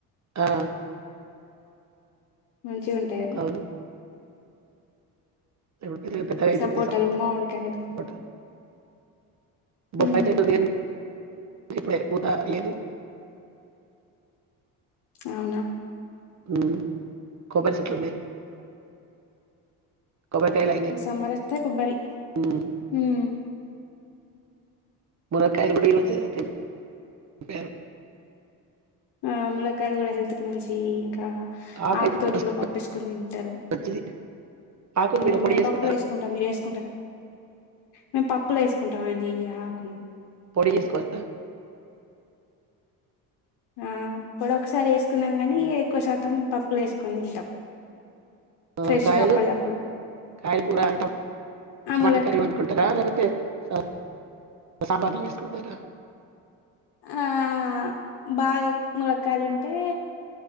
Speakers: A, on the right; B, on the left.
A: ఆ
B: మంచి ఉంటాయా
A: అవును <inaudible> పెద్దగౌతుంది
B: సపోటాలు,
A: స
B: మామిడికాయలు.
A: సపోటా బొప్పాయి
B: హ్మ్.
A: చెట్టు వుంది గాని ఇప్పుడే పుతా లేదు
B: అవునా
A: ఉమ్ కోబ్బరి చెట్లు ఉన్నాయి కొబ్బరికాయలు అయినాయి
B: ఇగ సమ్మర్ ఒస్తే కొబ్బరి
A: ఉమ్,
B: మ్
A: మున్నక్కాయలు కూడా ఈరోజె తింప్పారు
B: ఆ ములకాయలు కూడా హెల్త్ క్ మంచి ఇగ ఇంకా
A: ఆకైతే
B: ఆకుతోటి
A: మస్తు
B: కూడా పప్పేసుకొని తింటారు
A: మంచిది ఆకులు
B: మ్
A: మీరు పొడి
B: మేము
A: చేసుకుంటారా
B: పప్పులో ఎసుకుంటాం మీరు ఎసుకుంటారా మేము పప్పులొ ఎసుకుంటాం అండి ఈ ఆకును
A: పోడి చేసుకోవధా
B: ఆ పొడి ఒకసారి ఎసుకున్నాం కానీ ఎక్కువ శాతం పప్పులు ఎసుకుని తింటాం
A: ఆ
B: ఫ్రెష్‌గా
A: కాయలు
B: అప్పడిదప్పుడు.
A: కాయలు కూర టామ్
B: ఆ
A: టమాటా
B: ములక్క
A: కర్రీ వండుకుంటరా లేకపోతే స సాంబార్ లో వేసుకుంటారా
B: ఆ అ బాగా ములక్కయలు ఉంటే